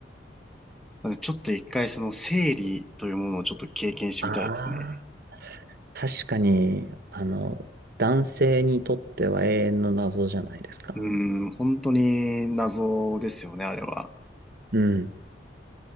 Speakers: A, in the centre; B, on the right.
A: まずちょっと一回その生理というものをちょっと経験してみたいですね。
B: ああー。確かに、あの、男性にとっては永遠の謎じゃないですか。
A: うーん、本当に謎ですよね、あれは。
B: うん。